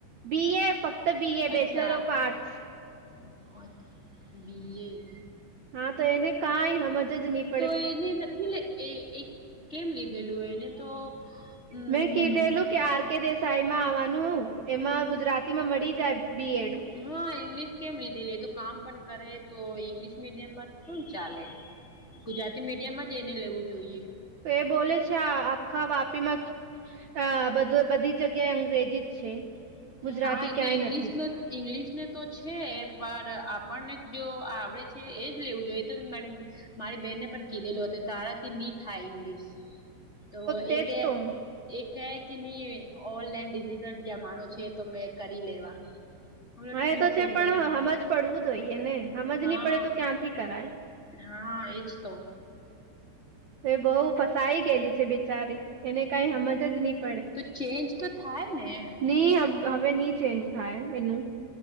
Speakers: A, on the right; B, on the left.
A: B A. ફક્ત બી એ. બેચલર
B: અચ્છા
A: ઓફ આર્ટ્સ.
B: <unintelligible> B A.
A: હા તો એને કાંઈ હમજ જ ની
B: તો એને નથી લે એ-એ કેમ લીધેલું, એને તો હમ્મ.
A: મેં કીધેલું કે આર કે દેસાઈ માં આવવાનું હોવ. એમાં ગુજરાતી માં મળી જાય બી એડ.
B: હા ઈંગ્લિશ કેમ લીધેલી? એ તો કામ પણ કરે તો ઈંગ્લિશ મીડિયમમાં શું ચાલે? ગુજરાતી મીડિયમમાં જ એને લેવું જોઈએ.
A: એ બોલે છે આ આખા વાપીમાં આ બધું બધી જગ્યાએ અંગ્રેજી જ છે. ગુજરાતી
B: હા. એ
A: ક્યાંય
B: તો ઇંગ્લિશ
A: નથી
B: નો જ ઇંગ્લિશનો તો છે, પણ આપણને જો આવડે છે એજ લેવું જોઈએ <unintelligible> મારી બેનને પણ કીધેલું હતું તારા થી ની થાય ઇંગ્લિશ. તો
A: તેજ
B: એ કહે
A: તો
B: એ કહે કે ની ઓનલાઈન ડિજિટલ જમાનો છે તો મેં કરી લેવા. હલો
A: હા
B: ઠીક
A: એ તો છે.
B: ભાઈ
A: પણ હમજ પડવું જોઈએ ને. હમજ
B: હા
A: ની પડે તો ક્યાંથી કરાય.
B: હા એજ તો.
A: તો એ બહુ ફસાઈ ગયેલી છે બિચારી. એને કંઈ હમજ જ ની
B: તો ચેન્જ તો થાય ને?
A: ની હમ હવે ની ચેન્જ થાય એનું.